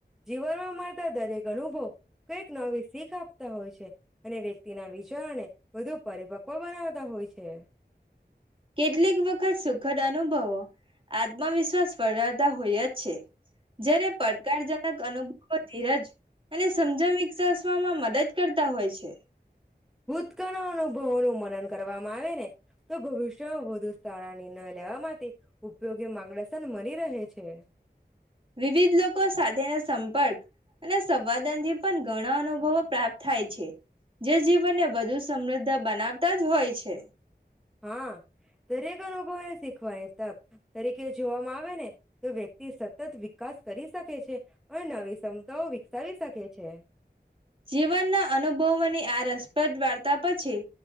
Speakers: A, in the centre; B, on the right.
A: જીવનમાં મળતા દરેક. ઘણું બહ. કઈક નવી શીખ આપતા હોય છે અને વ્યક્તિના વિચારને વધુ પરિપક્વ બનાવતા હોય છે.
B: કેટલીક વખત સુખદ અનુભવો આત્મવિશ્વાસ વળતા હોય જ છે. જેયારે પડકારજનક અનુભવો ધીરજ અને. સમજા મિકજ. મદદ કરતા હોય છે.
A: ઉતકા નનો <inaudible> બ નું મનન કરવામાં આવે ને. તો ભવિષ્ય વ <inaudible> શાળા નિર્ણય લેવા માટેથી ઉપયોગી માર્ગદર્શન મળી રહે છે.
B: વિવિધ લોકો સાથેના સંપર્ક. અને સંવાદન થી પણ ઘણા અનુભવો પ્રાપ્ત થાય છે જે જીવનને વધુ સમૃદ્ધ બનાવતા જ હોય છે.
A: હા દરેક અનુભવ શી. કવાર. તક તરીકે જોવામાં આવે ને. તો વ્યક્તિ સતત વિકાસ કરી શકે છે અને નવી ક્ષમતાઓ વિકસાવી શકે છે.
B: જીવનના અનુભવની આ રસ. પદ વાર્તા પછી